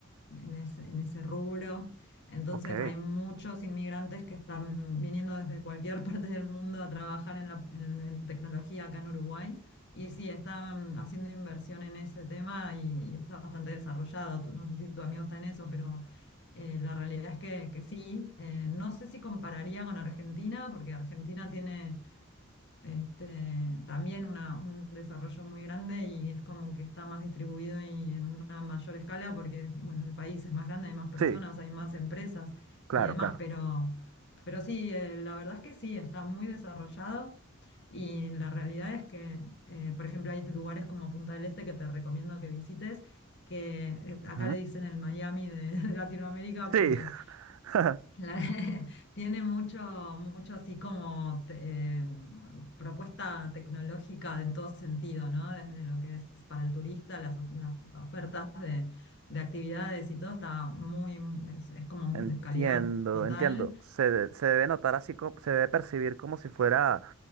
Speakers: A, on the left; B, on the right.
A: en ese, en ese rubro. Entonces
B: Ok,
A: hay muchos inmigrantes que están viniendo desde cualquier <laughs> parte del mundo a trabajar en, la- en- en tecnología acá en Uruguay. Y sí, están haciendo inversión en ese tema y, y está bastante desarrollado. Tú- No sé si tu amigo está en eso, pero eh, la realidad es que, que sí. Eh, no sé si compararía con Argentina, porque Argentina tiene este, también una- un desarrollo muy grande y es como que está más distribuido y en una mayor escala porque, bueno, el país es más grande, hay más personas,
B: sí,
A: hay más empresas
B: claro,
A: y demás,
B: claro.
A: pero, pero sí, eh, la verdad es que sí, está muy desarrollado y la realidad es que, eh, por ejemplo, hay lugares como Punta del Este que te recomiendo que visites, que eh, acá
B: Ujú.
A: le dicen el Miami de <laughs> de Latinoamérica porque
B: Sí, <laughs>
A: la- <laughs> tiene mucho, mucho así como te- eh, propuesta tecnológica en todo sentido, ¿no? Desde lo que es para el turista, las, of- las ofertas de, de actividades y todo está muy, es, es como
B: entiendo,
A: de calidad total,
B: entiendo. Se, de- se debe notar así, como, se debe percibir como si fuera